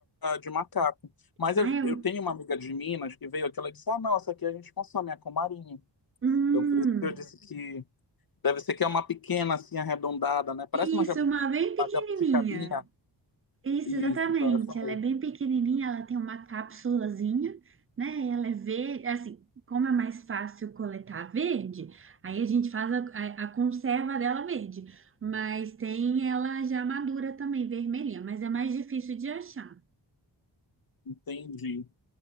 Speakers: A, on the left (about 50°); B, on the right (about 30°).
A: de macaco. Mas
B: Ah,
A: eu,
B: eu.
A: eu tenho uma amiga de Minas que veio aqui, ela disse: Ah, não, essa aqui a gente consome, é com marinho.
B: Hum.
A: Então, por isso que eu disse que deve ser que é uma pequena, assim, arredondada, né? Parece
B: Isso,
A: uma, jabu-
B: uma bem pequenininha.
A: uma jabuticabinha.
B: Isso,
A: Isso,
B: exatamente.
A: então, é essa mesmo.
B: Ela é bem pequenininha, ela tem uma cápsulazinha, né? Ela é verde, assim, como é mais fácil coletar verde, aí a gente faz a, a- a conserva dela verde. Mas tem ela já madura também, vermelhinha, mas é mais difícil de achar.
A: Entendi.